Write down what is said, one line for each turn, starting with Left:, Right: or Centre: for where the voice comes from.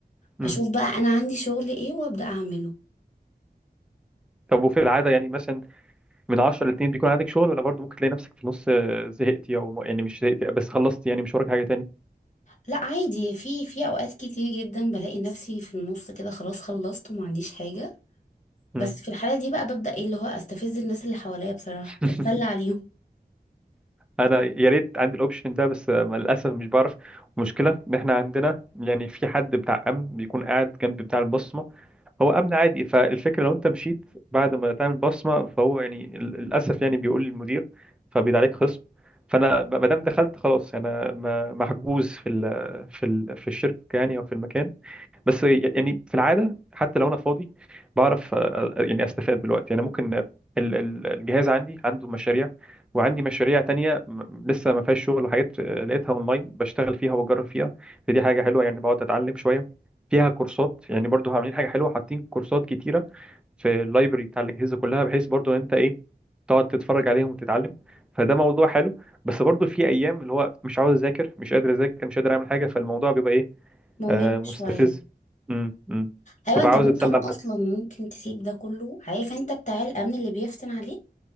Centre: امم
Left: اشوف بقى انا عندي شغل ايه وابدأ اعمله
Centre: طب وفي العادة يعني مثلا من 10 ل 2 بيكون عندك شغل ولا برضه ممكن تلاقي نفسك في النص آه، زهقتي او يعني مش زهقتي بس خلصتي يعني مش وراك حاجة تاني
Left: لا عادي في في اوقات كتير جدا بلاقي نفسي في النص كده خلاص خلصت وما عنديش حاجة بس
Centre: امم
Left: في الحالة دي بقى ببدأ ايه اللي هو استفز الناس اللي حواليا بصراحة
Centre: <laughs>
Left: بتسلى عليهم
Centre: انا يا ريت عندي الاوبشن ده بس آه، للاسف مش بعرف المشكلة ان احنا عندنا يعني في حد بتاع امن بيكون قاعد جنب بتاع البصمة هو امن عادي فالفكرة لو انت مشيت بعد ما تعمل بصمة فهو يعني للاسف يعني بيقول للمدير فبيد عليك خصم فانا ما دام دخلت خلاص يعني انا م- محجوز في ال في ال في الشركة يعني او في المكان بس يعني في العاده حتى لو انا فاضي بعرف آه، آه، يعني استفاد من الوقت يعني ممكن آه، ال- ال- الجهاز عندي عنده مشاريع وعندي مشاريع تانية م- لسه ما فيهاش شغل وحاجات آه، لقيتها اونلاين بشتغل فيها وبجرب فيها فدي حاجه حلوه يعني بقعد اتعلم شويه فيها كورسات يعني برضو عاملين حاجه حلوه حاطين كورسات كتيره في اللايبرري بتاع الاجهزه كلها بحيث برضو ان انت ايه تقعد تتفرج عليهم وتتعلم فده موضوع حلو بس برضو في ايام اللي هو مش عاوز اذاكر مش قادر اذاكر مش قادر اعمل حاجه فالموضوع بيبقى ايه
Left: ممل
Centre: آه مستفز
Left: شوية
Centre: امم امم
Left: ايوه
Centre: تبقى
Left: انت
Centre: عاوز
Left: ممكن
Centre: اتسلى
Left: اصلا
Centre: لحد
Left: ممكن تسيب ده كله عارف انت بتاع الامن اللي بيفتن عليه